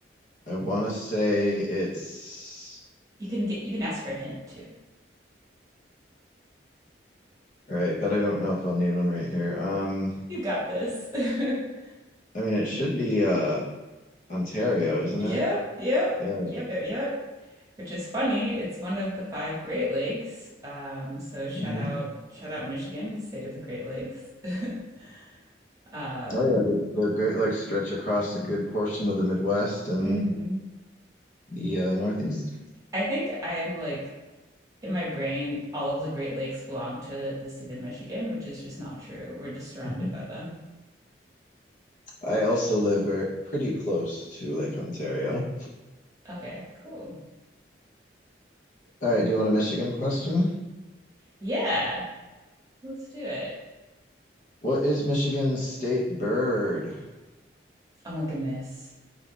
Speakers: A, on the left; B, on the right.
A: I want to say it's
B: You can get you can ask for a hint too.
A: right, but I don't know if I'll need one right here. Um,
B: You got this. <laughs>
A: I mean, it should be uh Ontario, isn't
B: Yep,
A: it?
B: yep,
A: Yeah.
B: yep, yep, yep. Which is funny. It's one of the five Great Lakes. Um, so shout
A: hmm
B: out, shout out Michigan, the state of the Great Lakes. <laughs> Um,
A: Oh yeah, they're, they're great. Like stretch across a good portion of the Midwest and
B: mhm.
A: the uh, Northeast.
B: I think I'm like in my brain, all of the Great Lakes belong to the state of Michigan, which is just not true. We're just surrounded
A: Mhm.
B: by them.
A: I also live very, pretty close to Lake Ontario.
B: Okay, cool.
A: All right, do you want a Michigan question?
B: Yeah, let's do it.
A: What is Michigan's state bird?
B: Oh my goodness.